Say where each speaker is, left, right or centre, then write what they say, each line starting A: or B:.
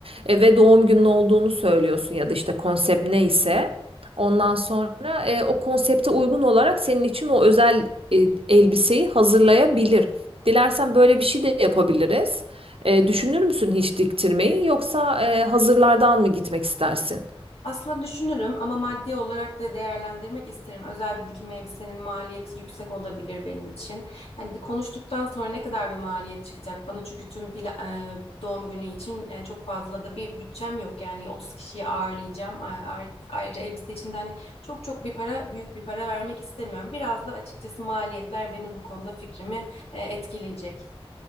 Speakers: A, on the right (about 70°); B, on the left (about 80°).
A: e, ve doğum günün olduğunu söylüyorsun ya da işte konsept neyse. Ondan sonra e, o konsepte uygun olarak senin için o özel e, elbiseyi hazırlayabilir. Dilersen böyle bir şey de yapabiliriz. E, düşünür müsün hiç diktirmeyi yoksa e, hazırlardan mı gitmek istersin?
B: Aslında düşünürüm ama maddi olarak da değerlendirmek isterim. Özel bir dikim elbisenin maliyeti yüksek olabilir benim için. Hani de konuştuktan sonra ne kadar bir maliyet çıkacak bana çünkü tüm pla- e, doğum günü için e, çok fazla da bir bütçem yok. Yani 30 kişiyi ağırlayacağım. A- ayrı- Ayrıca elbise için de hani çok çok bir para, büyük bir para vermek istemiyorum. Biraz da açıkçası maliyetler beni bu konuda fikrimi e, etkileyecek.